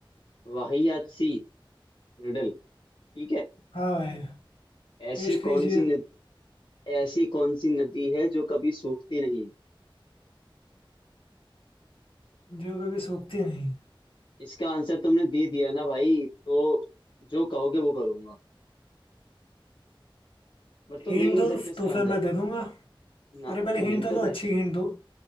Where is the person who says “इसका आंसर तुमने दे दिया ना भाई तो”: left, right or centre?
Left